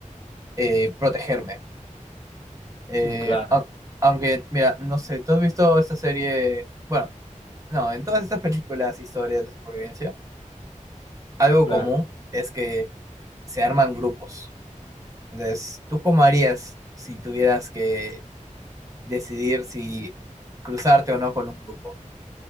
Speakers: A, on the right; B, on the left.
A: eh, protegerme. Eh,
B: mm, claro,
A: au- aunque, mira, no sé, ¿tú has visto esta serie? Bueno, no, en todas estas películas, historias de supervivencia, algo
B: claro,
A: común es que se arman grupos. Entonces, ¿tú cómo harías si tuvieras que decidir si cruzarte o no con un grupo?